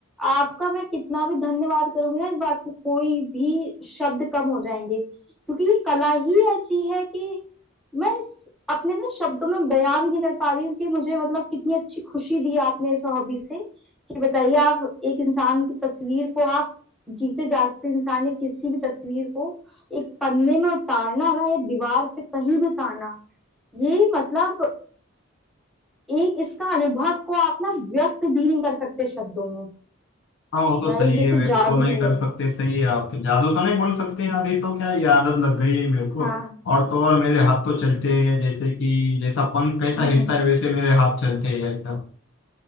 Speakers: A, in the centre; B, on the left.
A: आपका मैं कितना भी धन्यवाद करूंगी ना इस बात के कोई भी शब्द कम हो जाएंगे क्योंकि ये कला ही ऐसी है कि मैं इस- अपने ना शब्दों में बयां भी नहीं कर पा रही हूँ कि मुझे मतलब कितनी अच्छी खुशी दी आपने इस हॉबी से कि बताइए आप एक इंसान की तस्वीर को आप जीते जागते इंसान ने किसी भी तस्वीर को एक पन्ने में उतारना ना या दीवार पे कहीं भी उतारना ये मतलब एक इसका अनुभव को आप ना व्यक्त भी नहीं कर सकते शब्दों में
B: हाँ वो तो
A: भाई
B: सही
A: ये
B: है
A: तो
B: वे
A: जादू
B: तो नहीं कर
A: है
B: सकते सही है आप जादू तो नहीं बोल सकते यार ये तो क्या ये आदत लग गई है मेरे को
A: हाँ
B: और तो और मेरे हाथ तो चलते हैं जैसे कि जैसा पंख
A: <laughs>
B: कैसा हिलता है वैसे मेरे हाथ चलते हैं ऐसा